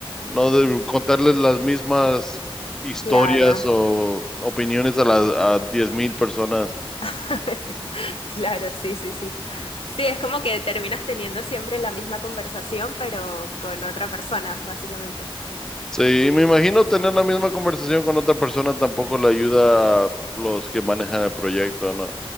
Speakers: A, in the centre; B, on the left.
A: no de contarles las mismas historias
B: claro,
A: o opiniones a las a diez mil personas.
B: <laughs> claro, sí, sí, sí. Sí, es como que terminas teniendo siempre la misma conversación, pero con otra persona, básicamente.
A: Sí, me imagino tener la misma conversación con otra persona tampoco le ayuda a los que manejan el proyecto, ¿no?